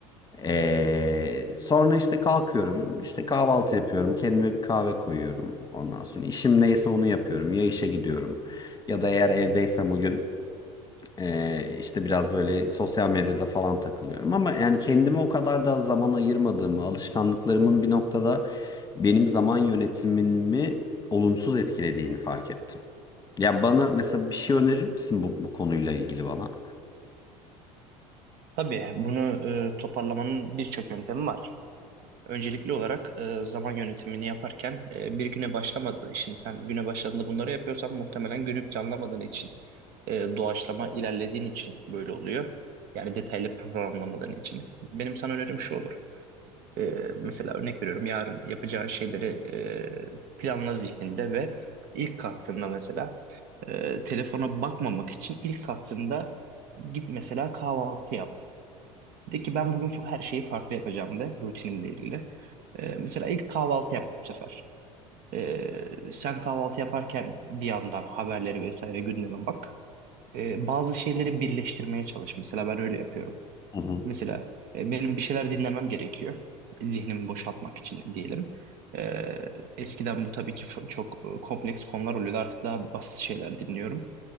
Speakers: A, on the left; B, on the right.
A: Ee, sonra işte kalkıyorum, işte kahvaltı yapıyorum, kendime bir kahve koyuyorum. Ondan sonra işim neyse onu yapıyorum. Ya işe gidiyorum ya da eğer evdeysem o gün ee, işte biraz böyle sosyal medyada falan takılıyorum ama yani kendime o kadar da zaman ayırmadığımı, alışkanlıklarımın bir noktada benim zaman yönetimimi olumsuz etkilediğini fark ettim. Yani bana mesela bir şey önerir misin bu, bu konuyla ilgili bana?
B: Tabii bunu e, toparlamanın birçok yöntemi var. Öncelikli olarak e, zaman yönetimini yaparken e, bir güne başlamadı. Şimdi sen güne başladığında bunları yapıyorsan muhtemelen günü planlamadığın için, e, doğaçlama ilerlediğin için böyle oluyor. Yani detaylı programlamadığın için. Benim sana önerim şu olur. E, mesela örnek veriyorum yarın yapacağın şeyleri e, planla zihninde ve ilk kalktığında mesela e, telefona bakmamak için ilk kalktığında git mesela kahvaltı yap. De ki ben bugün her şeyi farklı yapacağım de rutinimle ilgili. Ee, mesela ilk kahvaltı yap bu sefer. Ee, sen kahvaltı yaparken bir yandan haberleri vesaire gündeme bak. Ee, bazı şeyleri birleştirmeye çalış. Mesela ben öyle yapıyorum.
A: Hı hı.
B: Mesela e, benim bir şeyler dinlemem gerekiyor. Zihnimi boşaltmak için diyelim. E, eskiden bu tabii ki fa- çok e, kompleks konular oluyordu. Artık daha basit şeyler dinliyorum.